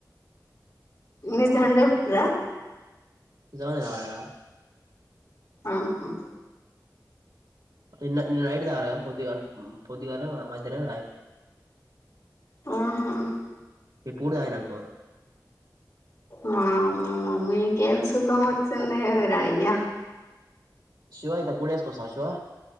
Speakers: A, on the left (about 55°); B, on the right (about 85°).
A: నిజం చెప్పు రా
B: నిజంగానే తాగలే రా
A: ఆహా
B: నిన్న నిన్న నైట్ తాగలే కానీ పొదిగా పొదిగానో మధ్యానం తాగిన
A: ఆహమ్
B: ఇప్పుూడు ఆయనకో
A: మా మమ్మీ కన్సు కా సన్నర అయ్యా
B: శివా ఇయితే కూడసుకోసా శివా